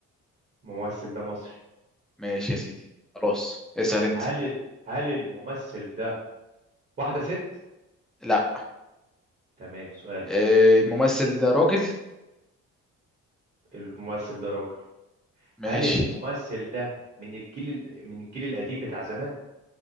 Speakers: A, on the right; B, in the centre.
A: الممثل ده مصري
B: ماشي يا سيدي خلاص اسأل انت
A: هل ال... هل الممثل ده واحدة ست
B: لا
A: تمام سؤالك
B: آه، الممثل ده راجل
A: الممثل ده راجل
B: ماشي
A: هل الممثل ده من الجيل ال- من الجيل القديم بتاع زمان